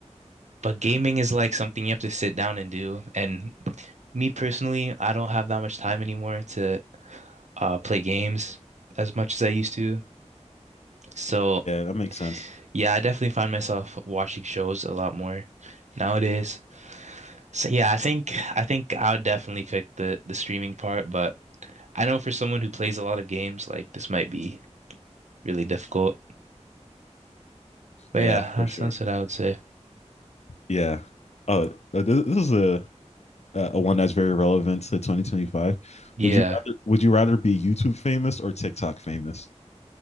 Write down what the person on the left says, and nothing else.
Yeah, that makes sense.
Yeah,
for
sure.
Yeah. Oh, th- this is a, a one that's very relevant to 2025.
Would you rather would you rather be YouTube famous or TikTok famous?